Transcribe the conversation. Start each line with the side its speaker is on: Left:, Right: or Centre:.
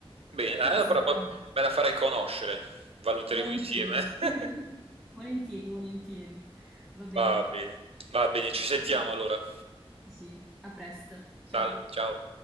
Right: bene,
Centre: però sono
Right: eh, però poi me la farai conoscere, valuteremo
Centre: Volentieri.
Right: insieme.
Centre: <laughs>
Right: <laughs>
Centre: Volentieri, volentieri. Va bene.
Right: Va bene, va bene, ci sentiamo
Centre: Ciao.
Right: allora.
Centre: Sì, sì. A presto.
Right: Sal-
Centre: Ciao.
Right: ciao.